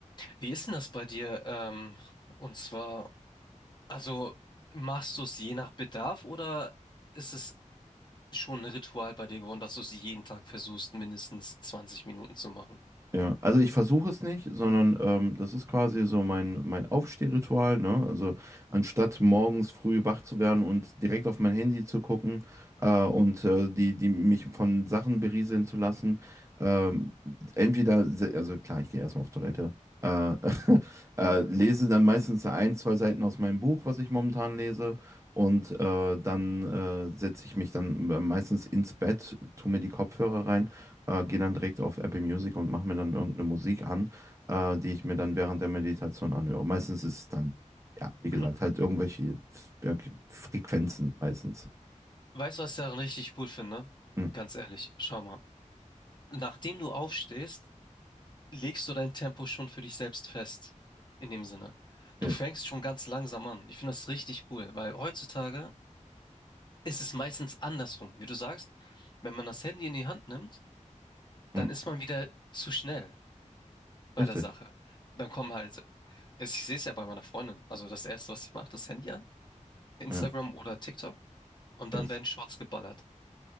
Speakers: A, on the left; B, on the right.
A: Wie ist denn das bei dir? Ähm, und zwar, also machst du es je nach Bedarf oder ist es schon ein Ritual bei dir geworden, dass du es jeden Tag versuchst, mindestens 20 Minuten zu machen?
B: Ja, also ich versuche es nicht, sondern ähm, das ist quasi so mein, mein Aufstehritual, ne? Also anstatt morgens früh wach zu werden und direkt auf mein Handy zu gucken äh, und äh, die, die mich von Sachen berieseln zu lassen, ähm, entweder, se- also klar, ich gehe erstmal auf Toilette, äh, <laughs> äh, lese dann meistens ein, zwei Seiten aus meinem Buch, was ich momentan lese. Und äh, dann äh, setze ich mich dann äh, meistens ins Bett, tue mir die Kopfhörer rein äh, gehe dann direkt auf Apple Music und mache mir dann irgendeine Musik an, äh, die ich mir dann während der Meditation anhöre. Meistens ist es dann, ja, wie gesagt,
A: Mhm.
B: halt irgendwelche F- F- Frequenzen meistens.
A: Weißt du, was ich daran richtig cool finde?
B: Hm,
A: Ganz ehrlich, schau mal. Nachdem du aufstehst, legst du dein Tempo schon für dich selbst fest. In dem Sinne. Du
B: yes.
A: fängst schon ganz langsam an. Ich finde das richtig cool, weil heutzutage ist es meistens andersrum. Wie du sagst, wenn man das Handy in die Hand nimmt, dann
B: Hm,
A: ist man wieder zu schnell bei
B: richtig.
A: der Sache. Dann kommen halt, ich sehe es ja bei meiner Freundin. Also das Erste, was sie macht, das Handy an, Instagram
B: Ja,
A: oder TikTok und
B: yes.
A: dann werden Shorts geballert.